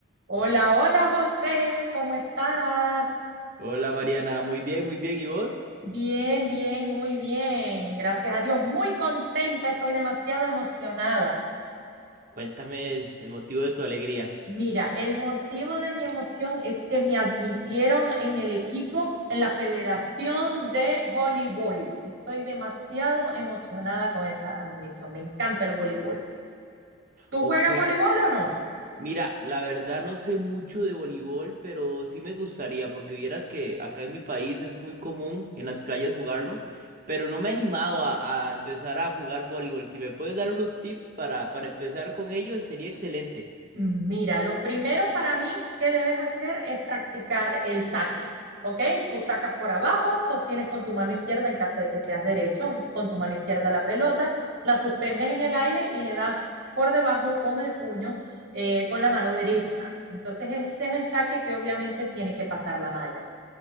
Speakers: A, on the right; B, on the right.
A: Hola, hola José, ¿cómo estás?
B: Hola Mariana, muy bien, muy bien. ¿Y vos?
A: Bien, bien, muy bien. Gracias a Dios, muy contenta, estoy demasiado emocionada.
B: Cuéntame el, el motivo de tu alegría.
A: Mira, el motivo de mi emoción es que me admitieron en el equipo, en la Federación de Voleibol. Estoy demasiado emocionada con esa admisión. Me encanta el voleibol. ¿Tú
B: Ok,
A: juegas voleibol o no?
B: mira, la verdad no sé mucho de voleibol, pero sí me gustaría, porque vieras que acá en mi país es muy común en las playas jugarlo, pero no me he animado a, a empezar a jugar voleibol. Si me puedes dar unos tips para, para empezar con ello, sería excelente.
A: Mm, Mira, lo primero para mí que debes hacer es practicar el saque, ¿ok? Tú sacas por abajo, sostienes con tu mano izquierda en caso de que seas derecho, con tu mano izquierda la pelota, la suspendes en el aire y le das por debajo con el puño, eh, con la mano derecha. Entonces ese es el saque que obviamente tiene que pasar la malla.